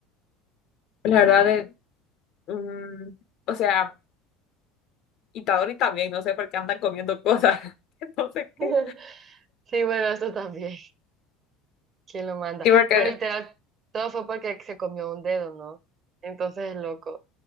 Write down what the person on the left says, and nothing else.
La verdad es, mm, o sea, Itadori también, no sé por qué andan comiendo cosas. <laughs> Entonces, ¿qué?
Y porque